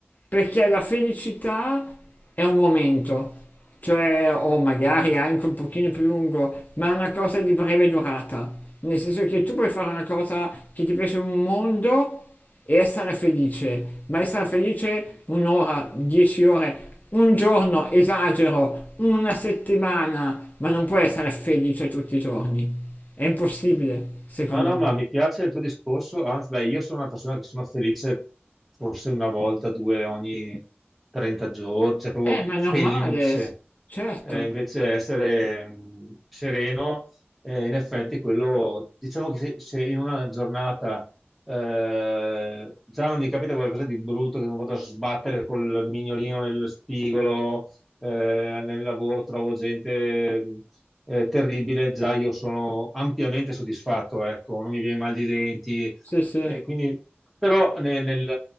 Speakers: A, on the left; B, in the centre.
A: perché la felicità è un momento, cioè o magari anche un pochino più lungo, ma è una cosa di breve durata, nel senso che tu puoi fare una cosa che ti piace un mondo e essere felice, ma essere felice un'ora, dieci ore, un giorno, esagero, una settimana, ma non puoi essere felice tutti i giorni. È impossibile, secondo
B: No, no,
A: me.
B: ma mi piace il tuo discorso, anzi, beh, io sono una persona che sono felice forse una volta, due ogni 30 giorni, cioè proprio
A: Eh, ma
B: felice.
A: è normale, certo,
B: Eh, invece essere mm, sereno, eh, in effetti quello, diciamo che se, se in una giornata eh, già non mi capita qualcosa di brutto, che non vado a sbattere col mignolino nello spigolo, eh, nel lavoro trovo gente mm, eh, terribile, già io sono ampiamente soddisfatto, ecco, non mi viene mal di denti.
A: sì, sì.
B: eh, quindi, però, ne- nel,